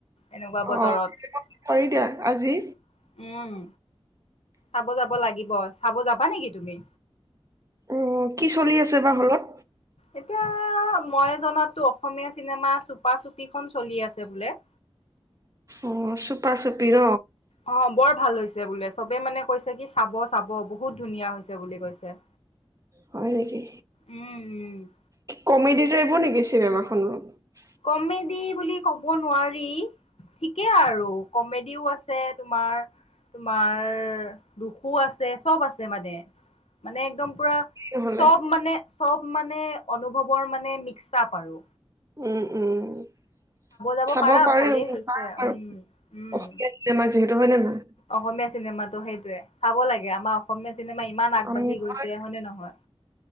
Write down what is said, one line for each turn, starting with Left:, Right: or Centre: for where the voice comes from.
Left: এনেকোৱা বতৰত
Right: অ পাৰি দিয়া আজি
Left: উম। চাব যাব লাগিব চাব যাবা নেকি তুমি
Right: অ কি চলি আছে বা হলত।
Left: এতিয়া মই জনাতো অসমীয়া চিনেমা চুপা চুপিখন চলি আছে বোলে <unintelligible>
Right: অঁ চুপা চুপি ন
Left: অ বৰ ভাল হৈছে বোলে চবে মানে কৈছে কি চাব চাব বহুত ধুনীয়া হৈছে বুলি কৈছে
Right: হয় নেকি?
Left: উম উম
Right: কি কমেডি টাইপৰ নেকি চিনেমা খনৰ অলপ
Left: কমেডি বুলি ক'ব নোৱাৰি। ঠিকেই আৰু কমেডিও আছে তোমাৰ। তোমাৰ দুখো আছে চব আছে মানে মানে একদম পুৰা।
Right: নহ'লে
Left: চব মানে চব মানে অনুভৱৰ মানে মিক্ চাপ আৰু।
Right: উম, উম।
Left: যাব
Right: চাব
Left: পাৰা
Right: পাৰি
Left: ভালেই
Right: আৰু
Left: হৈছে উম উম
Right: অসমীয়া চিনেমা যিহেতু হয় নে নহয়
Left: অসমীয়া চিনেমাটো সেইটোয়ে চাব লাগে আমাৰ অসমীয়া চিনেমা ইমান আগবাঢ়ি
Right: আমি
Left: গৈছে
Right: হয়,
Left: হয়নে নহয়।